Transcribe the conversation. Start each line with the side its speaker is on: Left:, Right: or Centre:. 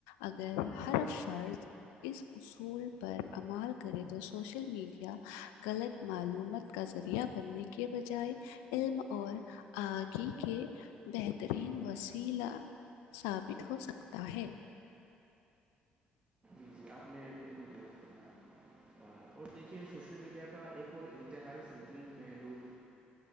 Left: اگر ہر فرض اس اصول پر عمال کرے تو سوشل میڈیا غلط معلومات کا ذریعہ بننے کے بجائے علم اور آگی کے بہترین وسیلا ثابت ہو سکتا ہے
Right: جی جی آپ نے بالکل درست کروایا اور دیکھیے سوشل میڈیا کا ایک اور انتہائی سنگین پہلو